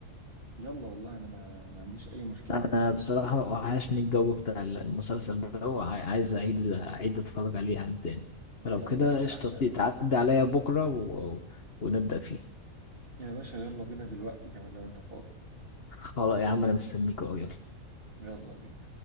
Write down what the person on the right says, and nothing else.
يلا والله انا ما ما عنديش اي مشكلة
يعني
يلا
يا باشا
احلى
يا باشا يلا بينا دلوقتي كمان لو انت فاضي
يلا بينا